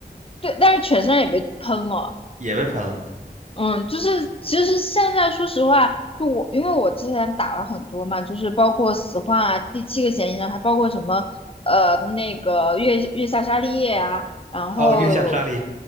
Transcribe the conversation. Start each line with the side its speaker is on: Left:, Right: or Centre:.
Left: 对，但是犬山也被喷了，
Right: 也被喷了吗？
Left: 嗯，就是其实现在说实话，就我因为我之前打了很多嘛，就是包括死幻啊、第七个嫌疑人，还包括什么呃那个月月下沙利叶啊，然后
Right: 哦，月下沙利，